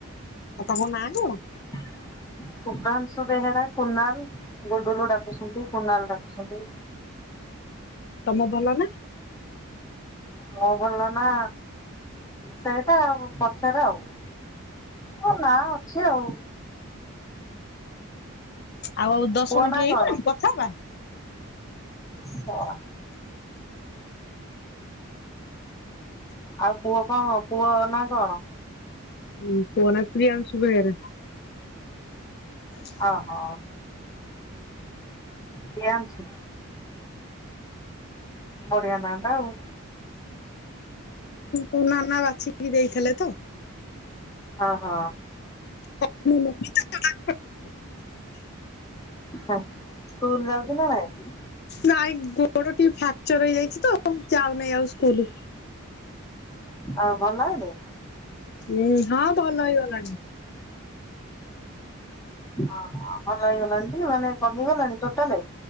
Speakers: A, on the left; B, on the left.
A: ଆଉ ତାଙ୍କ ନାଁ କଣ।
B: ହୁ <inaudible> ସୁଭ୍ରାଂଶୁ ବେହେରା କୁନାଲ ଗୁଡୁଲୁ ଡାକୁଛନ୍ତି କୁନାଲ ଡାକୁଛନ୍ତି।
A: ତମ ଭଲ ନା।
B: ମୋ ଭଲ ନା ସେଇଟା ଆଉ ପଛରେ ଆଉ। ମୋ ନା ଅଛି ଆଉ।
A: ଆଉ ଆଉ ଦଶ
B: ପୁଅ
A: ମିନିଟ
B: ନା
A: ହେଇଗଲାଣି
B: କଣ?
A: କଥା ହବା। <inaudible>
B: ଶଳା ଆଉ ପୁଅ କଣ ପୁଅ ନା କଣ।
A: ହୁଁ ପୁଅ ନାଁ ପ୍ରିୟଂଶୁ ବେହେରା। <inaudible>
B: ଅ ହ। ପ୍ରିଆନ୍ସୁ। ବଢିଆ ନାଁ ଟା ଆଉ।
A: କୁନାନା ବାଛିକି ଦେଇଥିଲେ ତ?
B: ଅ ହ।
A: <unintelligible>
B: ସ୍କୁଲ ଯାଉ ଚି ନା ନାଇଁ।
A: ନାଇଁ ଗୋଡ ଟିକେ ଫ୍ରାକ୍ଚର ହେଇଯାଇଛି ତ ଯାଉନି ଆଉ ସ୍କୁଲ।
B: ଆଉ ଭଲ ହେଇନି।
A: ଉଁ ହଁ ଭଲ ହେଇଗଲାଣି।
B: ଅ ହ ଭଲ ହେଇଗଲାଣି ଟି ମାନେ କମିଗଲାଣି ଟୋଟାଲେ।